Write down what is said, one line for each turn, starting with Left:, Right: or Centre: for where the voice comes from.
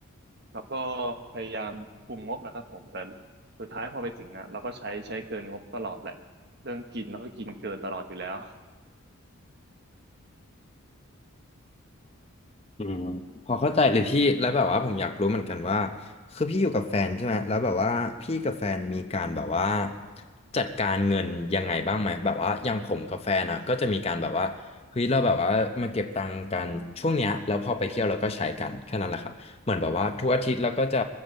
Right: แล้วก็พยายามคุมงบแหละครับผมแต่สุดท้ายพอไปถึงอ่ะเราก็ใช้ใช้เกินงบตลอดแหละเรื่องกินแล้วก็กินเกินตลอดอยู่แล้ว
Left: อืมพอเข้าใจเลยพี่แล้วแบบว่าผมอยากรู้เหมือนกันว่าคือพี่อยู่กับแฟนใช่ไหมแล้วแบบว่าพี่กับแฟนมีการแบบว่าจัดการเงินยังไงบ้างไหมแบบว่าอย่างผมกับแฟนอ่ะก็จะมีการแบบว่าเฮ้ยเราแบบว่ามาเก็บตังค์กันช่วงเนี้ยแล้วพอไปเที่ยวเราก็ใช้กันแค่นั้นแหละครับเหมือนแบบว่าทุกอาทิตย์เราก็จะ